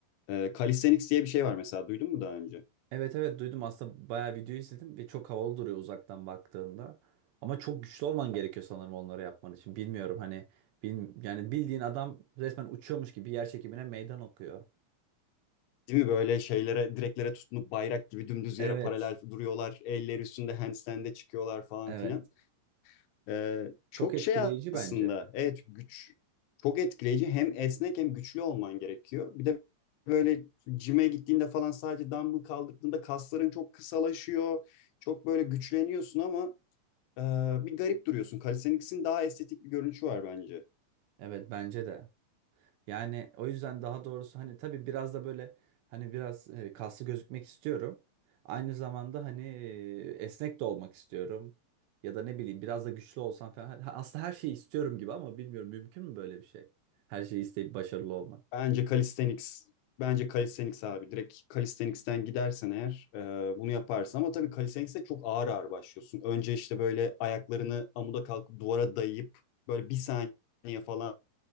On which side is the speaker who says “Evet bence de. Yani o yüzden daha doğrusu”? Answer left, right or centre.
Right